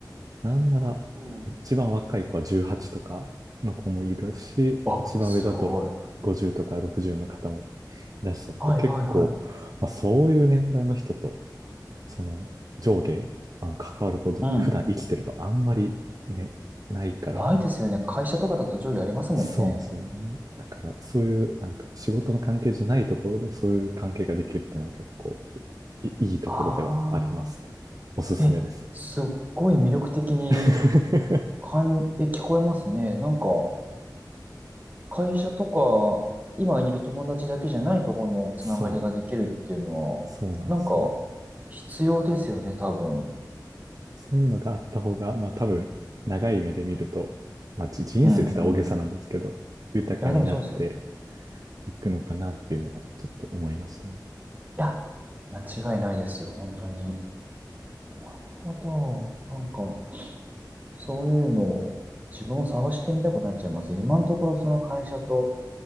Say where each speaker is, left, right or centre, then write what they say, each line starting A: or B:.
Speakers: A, on the right; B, on the right.
A: なんなら、
B: うん。
A: 一番若い子は18とかの子もいるし、
B: あ、
A: 一番上だと50とか60の方も
B: すごい。
A: いらっしゃって、
B: はいはいはい。
A: 結構、まあ、そういう年代の人と、その上下、あの関わることって普段生きてるとあんまりね、
B: うん。
A: ないから、
B: ないですよね。会社とかだと上下ありますもんね。
A: そうですよね。だから、そういう、なんか仕事の関係じゃないところでそういう関係ができるっていうのは結構いいいところではありますね。
B: あ
A: おすすめですね。
B: あ。え、すっごい魅力的に
A: <laughs>
B: 感、え、聞こえますね。なんか、会社とか、今いる友達だけじゃないところのつながりができるっていうのは、
A: そう、そうなんですよ。
B: なんか、必要ですよね、多分。
A: そういうのがあった方が、まあ多分、長い目で見ると、まあじ人生って言ったら大げさなんですけど、
B: うん、うん。い
A: 豊かになって
B: や、でもそうですよ。
A: いくのかなっていうのは、ちょっと思いましたね。
B: いや、間違いないです、本当に。なるほど。なんか、そういうのを自分も探してみたくなっちゃいます。今のところその会社と